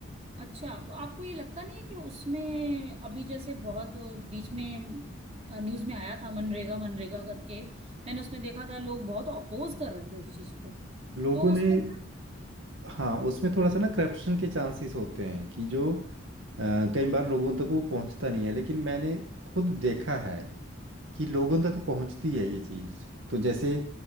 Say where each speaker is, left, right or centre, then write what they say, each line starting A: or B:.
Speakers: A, on the right (about 30°); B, on the right (about 80°).
A: अच्छा तो आपको ये लगता नहीं है कि उसमें अभी जैसे बहुत बीच में न्यूज में आया था मनरेगा मनरेगा करके मैंने उसमें देखा था लोग बहुत अपोज कर रहे थे उस चीज को
B: लोगों
A: तो
B: ने
A: उसमें
B: हाँ उसमें थोड़ा सा ना करप्शन के चांसेस होते हैं कि जो अ, कई बार लोगों तक वो पहुंचता नहीं है लेकिन मैंने खुद देखा है कि लोगों तक पहुंचती है ये चीज़ तो जैसे